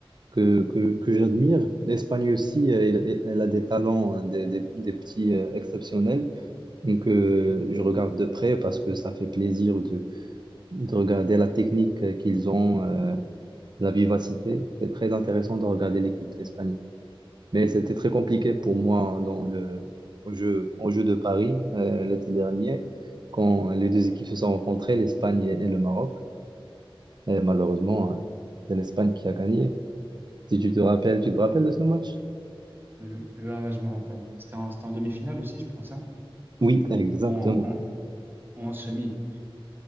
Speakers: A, on the right; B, on the right.
A: que, que, que j'admire. L'Espagne aussi, euh, elle, elle a des talents, hein, des, des, des petits euh, exceptionnels. Donc, euh, je regarde de près parce que ça fait plaisir de, de regarder la technique euh, qu'ils ont, euh, la vivacité. C'est très intéressant de regarder l'équipe d'Espagne. Mais c'était très compliqué pour moi hein, dans le, au jeu, au jeu de Paris euh, l'été dernier, quand les deux équipes se sont rencontrées, l'Espagne et, et le Maroc. Et malheureusement, hein, c'est l'Espagne qui a gagné. Si tu te rappelles, tu te rappelles de ce match?
B: Euh, ouais, ouais, je me rappelle. C'était en, c'était en demi-finale aussi, je pense, hein?
A: Oui, exactement.
B: Ou en, en, ou en semi.